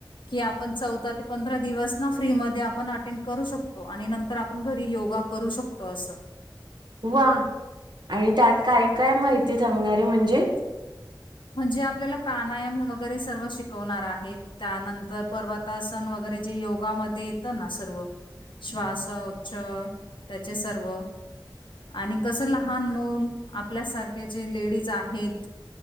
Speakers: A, on the left (about 80°); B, on the right (about 65°).
A: कि आपण चौदा ते पंधरा दिवस ना फ्री मध्ये आपण अटेंड करू शकतो आणि नंतर आपण घरी योगा करू शकतो असं.
B: वा आणि त्यात काय काय माहिती सांगणारे म्हणजे?
A: म्हणजे आपल्याला प्राणायाम वगैरे सर्व शिकवणार आहेत, त्यानंतर पर्वतासन वगैरे जे योगामध्ये येतं ना सर्व श्वासोच्छ् त्याचे सर्व आणि कसं लहान मूल आपल्यासारखे जे लेडीज आहेत